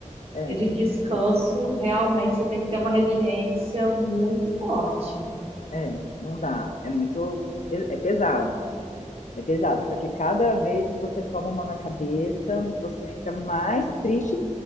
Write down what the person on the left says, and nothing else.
é,
é, não dá. É muito, é pesado. É pesado, porque cada vez que você toma uma na cabeça, você fica mais triste.